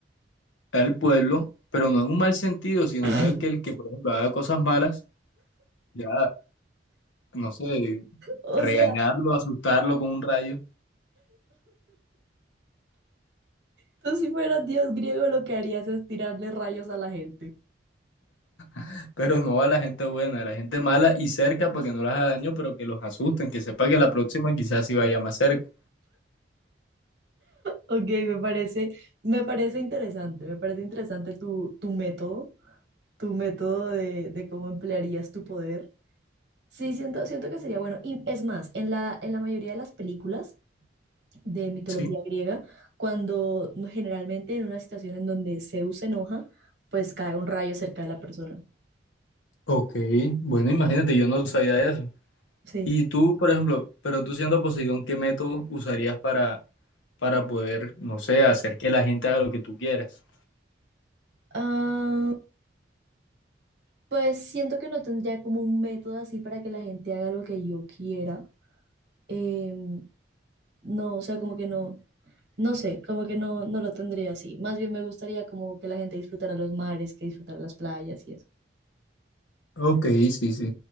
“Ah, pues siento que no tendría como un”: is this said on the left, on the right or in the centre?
Right